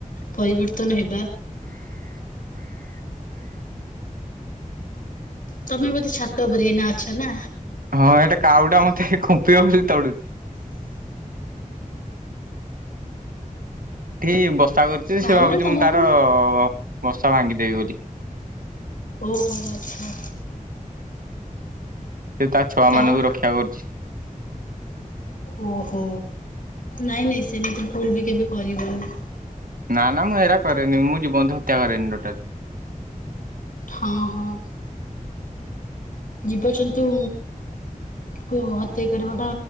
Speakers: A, on the left; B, on the right.
A: ପରିବର୍ତ୍ତନ ହେବା ତମେ ବୋଧେ ଛାତ ଉପରେ ଏଇନା ଅଛ ନା?
B: ହଁ ଏଇଟା କାଉଡା ମତେ ଖୁମ୍ପିବ ବୋଲି ତଡୁଛି। ଏଠିକ ବସା କରୁଛି ସେ
A: ଆଉ
B: ଭାବୁଛି
A: ଗୋଟେ ତମକୁ
B: ମୁଁ ତାର ବସା ଭାଙ୍ଗିଦେବି ବୋଲି।
A: ଓହୋ ଆଛା।
B: ସେ ତା ଛୁଆ ମାନଙ୍କୁ
A: ଆଉ
B: ରକ୍ଷା କରୁଛି।
A: ଓହୋ ନାଇଁ ନାଇଁ ସେମିତି ଭୁଲ ବି କେବେ କରିବୁନି?
B: ନା ନା ମୁଁ ହେରା କରେନି ମୁଁ ଜୀବଜନ୍ତୁ ହତ୍ୟା କରେନି ଟୋଟାଲ।
A: ହଁ ହଁ। ଯିବ ଜନ୍ତୁ। କୁ ହତ୍ୟା କରିବାଟା